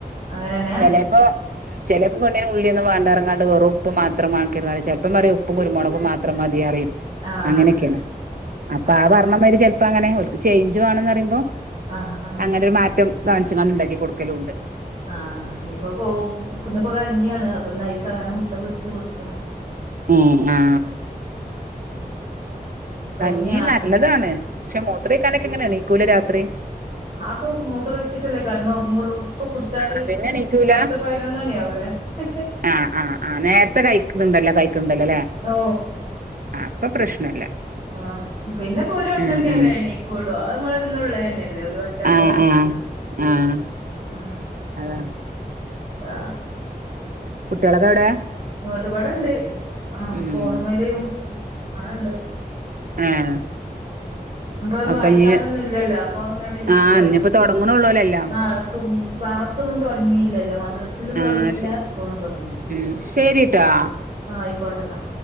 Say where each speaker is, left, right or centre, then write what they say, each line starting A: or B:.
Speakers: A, on the right; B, on the right.
A: അങ്ങനെന്നെ
B: ചിലപ്പോ ചിലപ്പോ പെണ്ണിന് ഉള്ളിയൊന്നും വാണ്ടപറഞ്ഞാണ്ട് വെറും ഉപ്പ് മാത്രം ആക്കര് ചിലപ്പ പറേം ഉപ്പും കുരുമുളക്കും മാത്രം മതിറിയും
A: ആഹ്
B: അങ്ങനൊക്കെണ് അപ്പ
A: ആഹ്
B: ആ പർണ മരി ചിലപ്പോ അങ്ങനെ ഓൽക്ക് ചേഞ്ച്‌വാണന്ന് പറയുമ്പോ
A: ആഹ് ആഹ്
B: അങ്ങനൊരു മാറ്റം കാണിച്ച് കാണ്ട് ഇണ്ടാക്കി കൊടുക്കലൂണ്ട്
A: ആ ഇപ്പൊ പോവും ഇന്നിപ്പോ കഞ്യാണ് അപ്പൊ നൈക്കങ്ങനെ മുട്ട പൊരിച്ച് കൊട്ക്കണം
B: മ് ആ
A: <unintelligible> കഞ്ഞിയാ
B: കഞ്ഞിമ് നല്ലതാണ് പഷെ മൂത്രക്കാനൊക്കെ ങ്ങനെ എണീക്കൂലെ രാത്രി
A: ആക്കൊ മൂത്രൊയിച്ചട്ടല്ലേ കിടന്ന ഒർങ്ങൊള്ളൂ അപ്പൊ കുടിച്ചാല്
B: ആഹ് പിന്നെ എണീക്കൂല
A: പത്ത് പതിനൊന്നണിയാവേ ഹ് ഹ്
B: ആ ആ ആ നേരത്തെ കഴിക്കുന്ന്ണ്ടല്ലോ കഴിക്ക്ണ്ടല്ലോ ല്ലേ
A: ഓ
B: ആ അപ്പൊ പ്രശ്നല്ല
A: ആ പിന്നെപ്പോ ഒരു വട്ടൊക്കല്ലേ
B: ഉം ഉം
A: എണീക്കൊള്ളൂ അത് നമ്മളെന്നുള്ളന്നെയല്ലേ ഒരു വട്ടൊക്കെ
B: ആഹ് ആഹ് ആഹ്
A: ആ
B: അതാണ്
A: ആ
B: കുട്ടിയാളൊക്കെ എവിടെ?
A: ഇങ്ങോട്ട് ഇപടണ്ട് ആ
B: ഉം
A: ഫോണമല് അടെണ്ട്
B: ഏഹ്
A: ഇപ്പ
B: ഒക്കെ
A: വായിക്കാനൊന്നും
B: ഇഞ്ഞ്
A: ഇല്ലല്ലോ അപ്പൊ ങ്ങനെ ഇരിക്ക
B: ആഹ് ഇഞ്ഞിപ്പോ തൊടങ്ങണള്ളൂല്ലോ എല്ലാം
A: ആ സ്കൂ ക്ലാസ്സൊന്നും തുടങ്ങില്ലല്ലോ മദ്രസ് സ്ലും
B: ആഹ്
A: തുടങ്ങിയില്ല
B: ശരി
A: സ്കൂളും തുടങ്ങില്ല
B: ഉം ശരിട്ടാ
A: ആ ആയിക്കോട്ടെന്നാ